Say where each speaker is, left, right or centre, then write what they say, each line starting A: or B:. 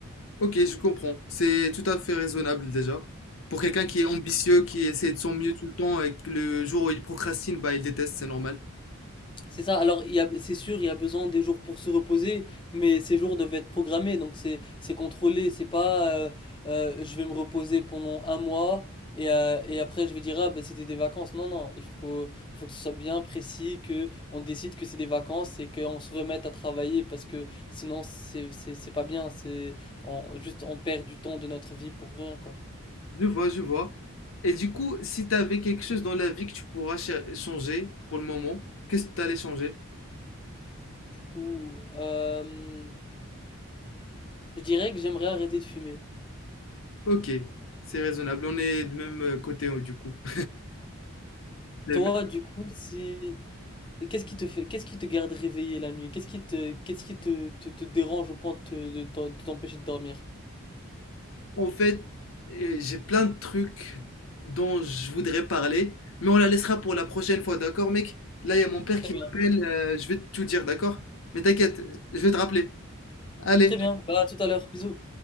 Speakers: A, on the left; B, on the left.
A: Ok, je comprends. C'est tout à fait raisonnable déjà. Pour quelqu'un qui est ambitieux, qui essaie de son mieux tout le temps et que le jour où il procrastine, bah il déteste, c'est normal.
B: C'est ça. Alors, il y a, c'est sûr, il y a besoin des jours pour se reposer, mais ces jours doivent être programmés, donc c'est, c'est contrôlé. C'est pas, euh, euh, je vais me reposer pendant un mois et, euh, et après je vais dire ah ben c'était des vacances. Non, non, il faut, il faut que ce soit bien précis, que on décide que c'est des vacances et qu'on se remette à travailler parce que sinon c'est, c'est, c'est pas bien. C'est, on, juste on perd du temps de notre vie pour rien quoi.
A: Je vois, je vois. Et du coup, si t'avais quelque chose dans la vie que tu pourras cha- changer pour le moment, qu'est-ce que t'allais changer?
B: Ou, euh, je dirais que j'aimerais arrêter de fumer.
A: Ok, c'est raisonnable. On est du même euh, côté euh, du coup. <laughs> C'est
B: Toi,
A: le
B: du coup, si Et Qu'est-ce qui te fait, qu'est-ce qui te garde réveillé la nuit? Qu'est-ce qui te, qu'est-ce qui te, te, te dérange au point de te- de t'en- de t'empêcher de dormir?
A: En fait, euh, j'ai plein de trucs dont je voudrais parler, mais on la laissera pour la prochaine fois, d'accord, mec? Là, il y a mon père
B: Très
A: qui
B: bien.
A: m'appelle, euh, je vais tout dire, d'accord? Mais t'inquiète, je vais te rappeler. Allez.
B: Très bien. Bah, à tout à l'heure. Bisous.